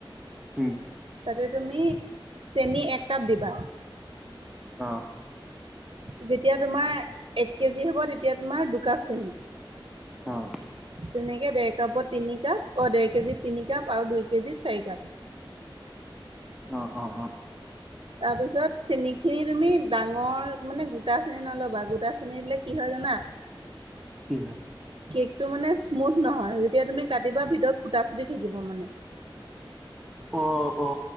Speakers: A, in the centre; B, on the right (about 65°).
A: হম।
B: তাতে তুমি চেনি এক কাপ দিবা।
A: অ।
B: যেতিয়া তোমাৰ এক কেজি হ'ব তেতিয়া তোমাৰ দুকাপ চেনি।
A: অ
B: তেনেকে ডেৰ কাপত। তিনি কাপ অ ডেৰ কেজিত তিনি কাপ আৰু দুই কেজিত চাৰি কাপ।
A: উ উ অ।
B: তাৰ পিছত চেনি খিনি তুমি ডাঙৰ। মানে গোটা চেনী নল'বা গোটা চেনী দিলে কি হয় জানা।
A: কি হয়?
B: কেকটো মানে স্মুথ নহয় যেতিয়া তুমি কাটিবা ভিতৰত ফুটা ফুটি থাকিব মানে।
A: অ অ